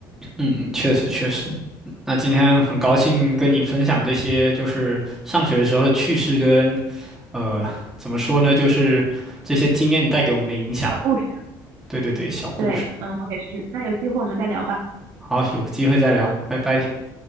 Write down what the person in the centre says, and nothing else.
嗯，确实确实。那今天很高兴跟你分享这些，就是上学的时候的趣事跟呃怎么说呢，就是这些经验带给我们的影响。
对对对，小故事。
好，有机会再聊，拜拜。